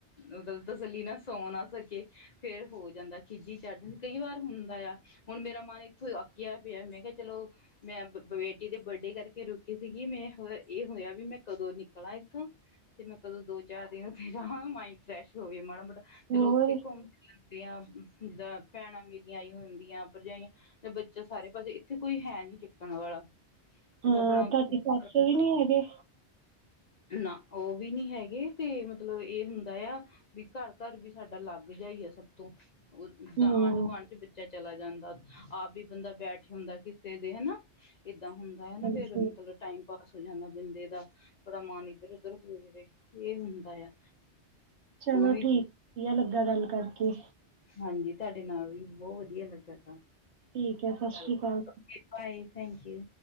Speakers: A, on the left (about 50°); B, on the right (about 75°).
A: ਉਹਦਾਂ, ਤਸੱਲੀ ਨਾ ਸੌ ਨਾ ਸਕੇ। ਫੇਰ ਹੋ ਜਾਂਦਾ, ਖਿਝ ਜਿਹੀ ਚੜ ਜਾਂਦੀ, ਕਈ ਵਾਰ ਹੁੰਦਾ ਆ। ਹੁਣ, ਮੇਰਾ ਮਨ ਇੱਥੋਂ ਅੱਕਿਆ ਪਿਆ, ਮੈਂ ਕਿਹਾ, ਚਲੋਂ ਮੈਂ ਬ ਬੇਟੀ ਦੇ ਬਰਡੇ ਕਰਕੇ ਕੇ, ਰੁਕੀ ਸੀਗੀ ਮੈਂ, ਹ ਇਹ ਹੋਇਆ ਵੀ, ਮੈਂ ਕਦੋਂ ਨਿਕਲਾਂ ਇੱਥੋਂ। 'ਤੇ, ਮੈਂ ਕਦੋਂ ਦੋ, ਚਾਰ ਦਿਨ ਉਥੇ ਜਾਵਾਂ, ਮਾਇੰਡ ਫਰੈਸ਼ ਹੋਵੇ ਮਾੜਾ ਮੋਟਾ,
B: ਹੋਰ
A: ਚਲੋ ਉੱਥੇ ਘੁੰਮ ਫਿਰ ਜਿੱਦਾਂ ਭੈਣਾਂ, ਮੇਰੀਆਂ ਆਈ, ਹੁੰਦੀਆਂ ਭਰਜਾਈਆਂ ਬੱਚਾ, ਸਾਰੇ ਪਾਸੇ ਇੱਥੇ ਕੋਈ ਹੈ, ਨੀ ਚੱਕਣ ਵਾਲਾ।
B: ਹਾਂ,
A: ਇੱਥੇ ਆਪਣਾ
B: ਤੁਹਾਡੀ ਸੱਸ ਵੀ ਨੀ ਹੈਗੇ?
A: ਨਾ, ਉਹ ਵੀ ਨੀ ਹੈਗੇ, ਤੇ ਮਤਲਬ ਇਹ ਹੁੰਦਾ ਆ ਵੀ, ਘਰ-ਘਰ ਵੀ, ਸਾਡਾ ਅਲੱਗ ਜਿਹਾ ਈ ਆ, ਸਭ ਤੋਂ,
B: ਹੂੰ
A: ਆਂਢ ਗੁਆਂਢ, 'ਚ ਬੱਚਾ ਚਲਾ ਜਾਂਦਾ, ਆਪ ਵੀ ਬੰਦਾ, ਬੈਠ ਆਉਂਦਾ ਕਿਸੇ ਦੇ ਹੈਨਾ, ਏਦਾਂ ਹੁਣ ਨਾ,
B: ਹਾਂਜੀ
A: ਫੇਰ ਮਤਲਬ ਟਾਈਮ ਪਾਸ ਹੋ ਜਾਂਦਾ, ਬੰਦੇ ਦਾ। ਬੜਾ, ਮਨ ਇੱਧਰ -ਉਧਰ ਹੋ ਜਵੇ, ਇਹ ਹੁੰਦਾ ਆ।
B: ਚਲੋ
A: ਉਹ ਵੀ
B: ਠੀਕ, ਵਧੀਆ ਲੱਗਾ ਗੱਲ ਕਰਕੇ।
A: ਹਾਂਜੀ, ਤੁਹਾਡੇ ਨਾਲ ਵੀ, ਬਹੁਤ ਵਧੀਆ ਲੱਗਾ।
B: ਠੀਕ ਐ, ਸਤਿ
A: ਗੱਲ
B: ਸ਼੍ਰੀ ਅਕਾਲ।
A: ਕਰਕੇ ਬਾਏ, ਥੈਂਕ ਯੂ।